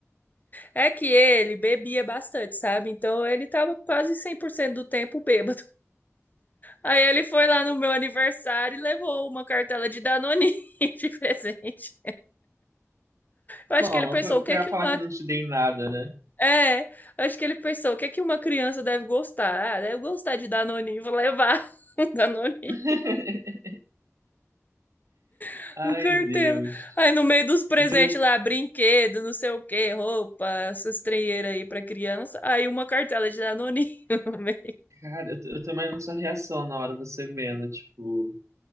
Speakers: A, on the left (about 35°); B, on the right (about 70°).
A: É que ele bebia bastante, sabe? Então ele tava quase 100% do tempo bêbado. Aí ele foi lá no meu aniversário e levou uma cartela de Danone <laughs> de presente. Eu acho
B: Toma,
A: que ele pensou,
B: pra,
A: o que
B: pra
A: é que
B: falar
A: uma.
B: que eu não te dei nada, né?
A: É, eu acho que ele pensou, o que é que uma criança deve gostar? Ah, deve gostar de Danone, vou levar <laughs> um Danone.
B: <laughs>
A: <laughs>
B: Ai,
A: Com cartela.
B: Deus.
A: Aí no meio dos presentes
B: Eu tô, ima-
A: lá, brinquedo, não sei o que roupa, essas treinheiras aí pra criança. Aí uma cartela de Danoninho. <laughs> no meio
B: cara, eu tô, eu tô imaginando sua reação na hora você vendo, tipo,